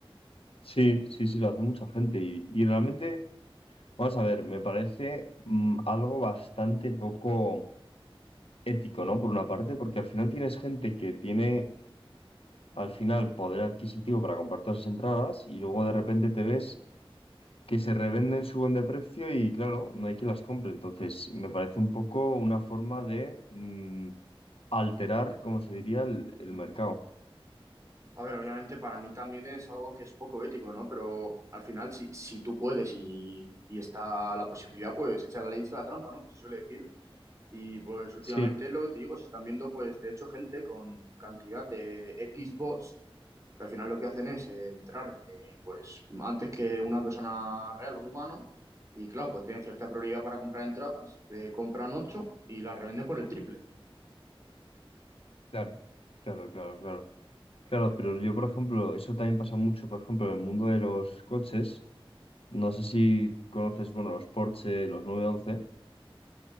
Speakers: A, on the left (about 75°); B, on the right (about 35°).
A: Sí, sí, sí, lo hace mucha gente. Y, y realmente, vamos a ver, me parece mm, algo bastante poco ético, ¿no? Por una parte, porque al final tienes gente que tiene al final poder adquisitivo para comprar todas las entradas y luego de repente te ves que se revenden, suben de precio y claro, no hay quien las compre. Entonces, me parece un poco una forma de mm, alterar, como se diría, el el mercado.
B: A ver, obviamente para mí también es algo que es poco ético, ¿no? Pero al final, si, si tú puedes y, y está la posibilidad, pues echa la ley, echa la trampa, ¿no? Que se suele decir. Y pues últimamente
A: Sí.
B: lo que te digo, se están viendo, pues de hecho, gente con cantidad de X bots, que al final lo que hacen es eh, entrar, eh, pues antes que una persona real o un humano. Y claro, pues tienen cierta prioridad para comprar entradas, eh, compran ocho y las revenden por el triple.
A: Claro, claro, claro, claro. Claro, pero yo, por ejemplo, eso también pasa mucho, por ejemplo, en el mundo de los coches. No sé si conoces, bueno, los Porsche, los nueve once